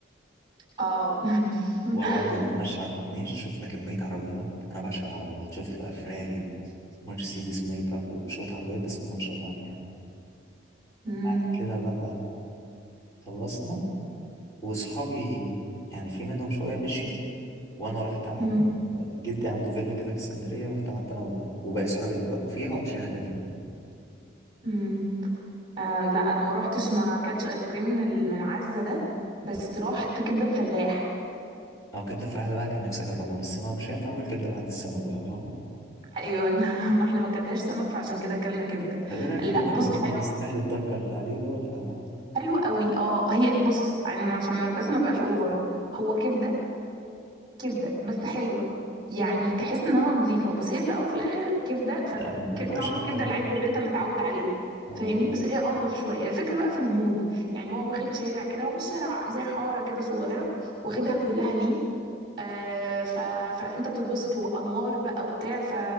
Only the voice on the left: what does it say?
وقعدنا نتمشى على الكورنيش شفنا كميه عربيات انا بعشق العربيات شفت بقى فراري ومرسيدس مايباخ وشويه عربيات بسم الله ما شاء الله عليها وبعد
كده بقى خلصنا واصحابي يعني في منهم شويه مشيوا وانا رحت قعدت
جدي عنده فيلا كده في اسكندريه رحت قعدت انا و- وباقي صحابي اللي اتبقوا فيها ومشينا تاني يوم
او كبده الفلاحه ده بقى كان نفسي اجربه بس ما مش هينفع اكل كبده بعد السمك بقى فاهم؟
طب ايه رايك في
كبده
الفلاحه
ده يستاهل الضجه اللي عليه ده ولا
يعني ما ينفعش
اختراع
اه